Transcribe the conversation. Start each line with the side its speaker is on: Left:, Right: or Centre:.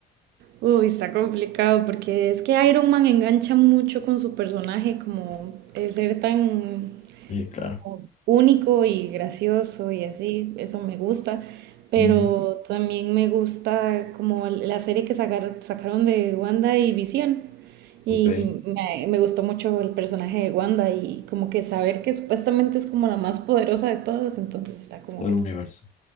Right: Uy, está complicado porque es que Iron Man engancha mucho con su personaje, como el ser tan
Left: Sí, claro.
Right: como único y gracioso y así, eso me gusta, pero
Left: Ujú.
Right: también me gusta como la serie que sacar- sacaron de Wanda y Visión.
Left: Ok,
Right: Y me, me gustó mucho el personaje de Wanda y como que saber que supuestamente es como la más poderosa de todas, entonces está como,
Left: todo el universo.